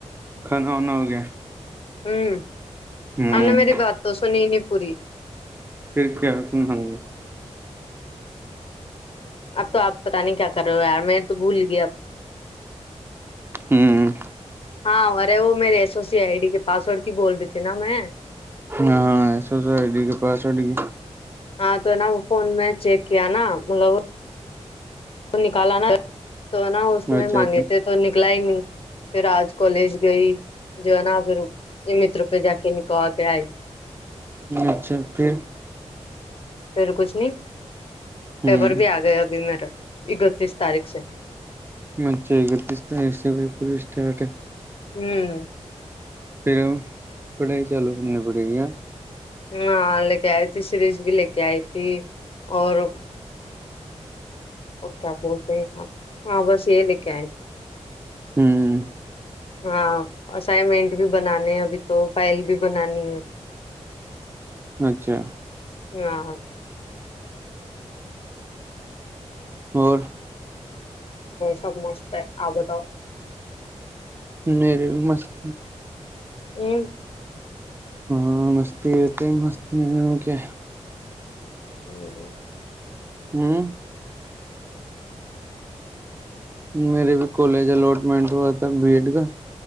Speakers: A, on the right (about 20°); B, on the left (about 50°).
A: کھانا وانا ہو گیا
B: ہوں
A: ہوں
B: س نے میری بات تو سنی نہیں پوری
A: پھر کیا ہو تم ہم نے
B: اب تو آپ پتہ نہیں کیا کر رہے ہو یار م تو بھول گیا اب
A: ہوں
B: ہاں ارے وہ میرے ایس اوسی آئی ڈی کے پاسورڈ کی بول رہی تھی نا میں
A: ہاں ہاں ایس وس کے پاس گ
B: ہاں تو ہے نا وہ فون میں چیک کیا نا مطلب نکالا نا تو نا اس میں
A: اچھا
B: مانگے
A: اچھا
B: تھے تو نکلا ہی نہیں پھر آج کالج گئی جو ہے نا پھر یہ متر پہ جا کے نکو کے آئے
A: اچھا پھر
B: پھر کچھ نہیں
A: ہوں
B: پیپر بھی آ گئے ابھی میرا یہ گتیس تاریخ سے
A: مچ گتیست ہے پ پھر بھی اسٹارٹ
B: ہوں
A: پھر پڑھائی چالو کرنا پڑی گیا
B: ہاں لے کے آئی تھی سیریز بھی لے کے آئی تھی اور اوک آپ بولتے ہیںاں ہاں بس یہ لے کے آئے بھی
A: ہوں <unintelligible>
B: ہاں اسائنمنٹ بھی بنانے ہیں ابھی تو فائل بھی بنانی ہے
A: اچھا
B: <unintelligible> <inaudible>
A: اور
B: سب مست ہے آب تو
A: میرے بھی مست
B: ا <unintelligible>
A: ہاں مستی اتے مست کیا
B: ا <unintelligible> <inaudible>
A: ہوں <unintelligible> میرے بھی کالج اٹمنٹ ہوا تھا بی ایڈ کا